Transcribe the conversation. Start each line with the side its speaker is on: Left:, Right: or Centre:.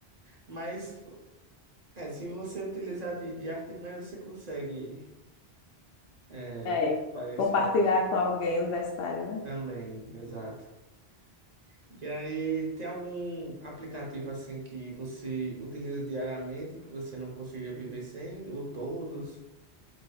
Right: mas é, se você utilizar de, de artimanha, você consegue é,
Left: É,
Right: pagar esse
Left: compartilhar
Right: valor
Left: com alguém universitário, né?
Right: também, exato. E aí, tem algum aplicativo assim que você utiliza diariamente que você não conseguiria viver sem? Ou todos?